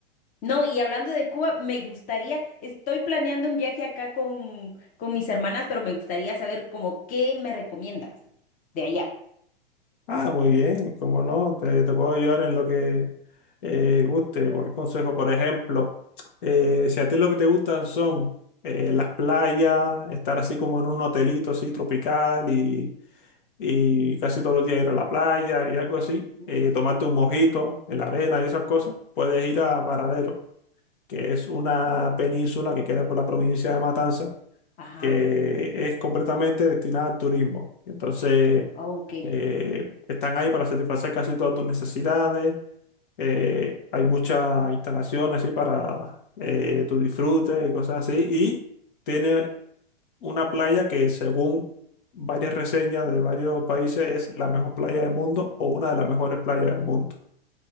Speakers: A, on the left (about 25°); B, on the left (about 55°).
A: No, y hablando de Cuba, me gustaría, estoy planeando un viaje acá con, con mis hermanas, pero me gustaría saber como qué me recomiendas de allá.
B: Ah, muy bien, cómo no, te, te puedo ayudar en lo que eh, guste,
A: No,
B: cualquier consejo.
A: Juan.
B: Por ejemplo, eh, si a ti lo que te gustan son eh, las playas, estar así como en un hotelito así tropical y, y casi todos los días ir a la playa y algo así,
A: ¿Mm?
B: eh, tomarte un mojito en la arena y esas cosas, puedes ir a Varadero, que es una península que queda por la provincia de Matanza
A: Ajá,
B: que es completamente destinada al turismo. Entonces,
A: Ah, ok.
B: eh, están ahí para satisfacer casi todas tus necesidades. Eh, hay muchas instalaciones así para eh, tu disfrute y cosas así. Y tiene una playa que, según varias reseñas de varios países, es la mejor playa del mundo o una de las mejores playas del mundo.